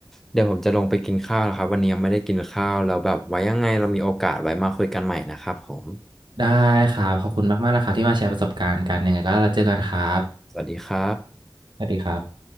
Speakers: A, in the centre; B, on the right.
A: เดี๋ยวผมจะลงไปกินข้าวแล้วครับวันนี้ยังไม่ได้กินข้าวแล้วแบบไว้ยังไงเรามีโอกาสไว้มาคุยกันใหม่นะครับผม
B: ได้ครับขอบคุณมากๆนะคะที่มาแชร์ประสบการณ์กันยังไงก็เราเจอกันครับ
A: สวัสดีครับ
B: สวัสดีครับ